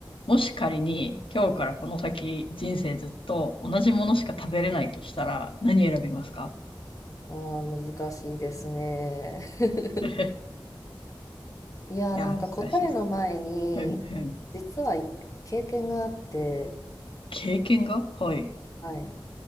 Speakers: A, on the left (about 85°); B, on the left (about 40°).
A: もし仮に今日からこの先人生ずっと同じものしか食べれないとしたら何選びますか
B: ああ、難しいですね。<laughs>
A: <laughs> い
B: いや、
A: や、
B: なんか答えの前に、
A: 難しいですね。ふんふん。
B: 実はい経験があって、
A: 経験がはい。
B: はい。